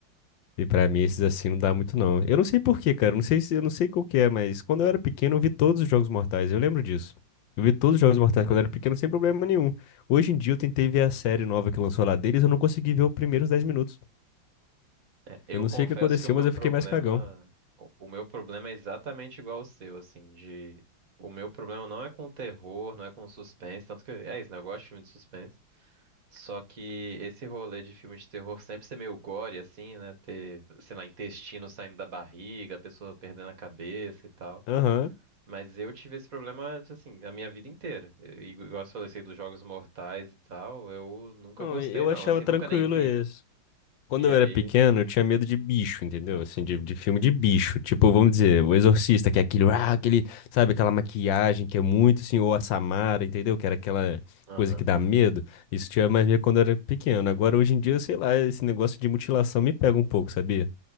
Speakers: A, on the left; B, on the right.
A: E pra mim esses assim não dá muito não. Eu não sei por quê, cara. Eu Não sei se, eu não sei qual que é, mas quando eu era pequeno eu vi todos os Jogos Mortais. Eu lembro disso. Eu vi todos os Jogos Mortais quando eu era pequeno sem problema nenhum. Hoje em dia eu tentei ver a série nova que lançou lá deles, eu não consegui ver os primeiros 10 minutos.
B: É, eu
A: Eu não
B: confesso
A: sei o que aconteceu,
B: que o meu
A: mas eu
B: problema,
A: fiquei mais cagão.
B: o o meu problema é exatamente igual ao seu, assim, de o meu problema não é com terror, não é com suspense, tanto que é isso, né? Eu gosto de filme de suspense. Só que esse rolê de filme de terror sempre ser meio gore, assim, né? Ter, sei lá, intestino saindo da barriga, a pessoa perdendo a cabeça e tal.
A: Aham.
B: Mas eu tive esse problema, assim, a minha vida inteira. E igual você falou assim, dos Jogos Mortais e tal, eu nunca
A: Não,
B: gostei,
A: Eu
B: não.
A: achava
B: Assim,
A: tranquilo
B: nunca nem vi.
A: isso. Quando
B: E
A: eu
B: aí,
A: era pequeno, eu tinha medo de bicho, entendeu? Assim, de, de filme de bicho. Tipo, vamos dizer, O Exorcista, que é aquele, ah, aquele, sabe, aquela maquiagem que é muito assim, ou a Samara, entendeu? Que era aquela
B: aham,
A: coisa que dá medo. Isso tinha mais medo quando eu era pequeno. Agora, hoje em dia, sei lá, esse negócio de mutilação me pega um pouco, sabia?